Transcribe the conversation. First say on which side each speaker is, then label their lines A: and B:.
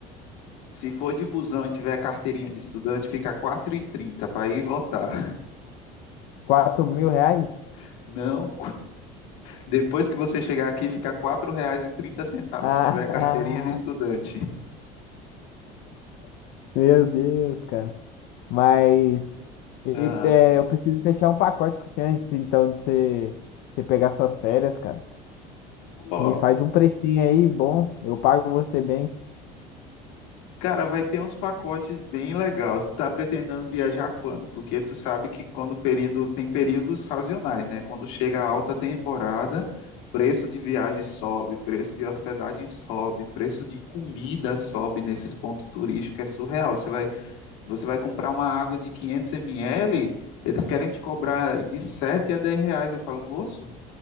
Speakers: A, on the left; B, on the left.
A: Se for de busão e tiver carteirinha de estudante, fica quatro e trinta para ir votar.
B: Quatro mil reais?
A: <laughs> Não Depois que você chegar aqui, fica quatro reais e trinta centavos.
B: Ah,
A: se tiver carteirinha de estudante. <laughs>
B: <laughs> meu Deus, cara. Mas e,
A: Ah,
B: é, eu preciso fechar um pacote com você antes então de você, você pegar suas férias, cara.
A: ó,
B: Me faz um precinho aí bom, eu pago você bem.
A: cara, vai ter uns pacotes bem legais. Tu tá pretendendo viajar quando? Porque tu sabe que quando o período tem períodos sazonais, né? Quando chega a alta temporada, preço de viagem sobe, preço de hospedagem sobe, preço de comida sobe nesses pontos turísticos, é surreal. Você vai, você vai comprar uma água de 500 ml, eles querem te cobrar de 7 a 10 reais. Eu falo, moço,